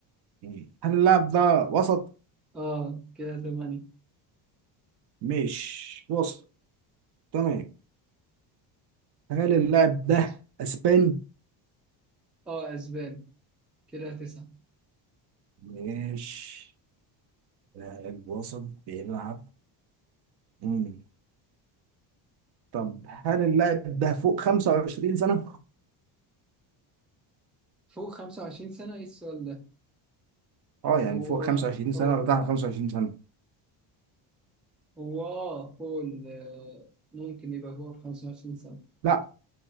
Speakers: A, on the right; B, in the centre.
A: مم. هل اللاعب ده وسط؟
B: اه كده ثمانية
A: مش وسط تمام هل اللاعب ده اسباني؟
B: اه اسبان كده تسعة
A: مش لاعب وسط بيلعب مم. طب هل اللاعب ده فوق 25 سنة؟
B: فوق خمسة وعشرين سنة ايه السؤال ده
A: اه يعني
B: هو
A: فوق 25 سنة
B: هو
A: ولا تحت 25 سنة؟
B: هو اه فوق ال آه، ممكن يبقى فوق الخمسة وعشرين سنة
A: لا